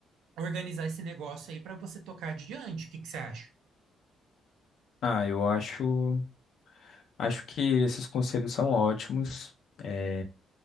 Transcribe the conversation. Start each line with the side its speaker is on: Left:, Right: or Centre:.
Right: organizar esse negócio aí para você tocar adiante. O que que você acha?
Left: Ah, eu acho, acho que esses conselhos são ótimos. eh,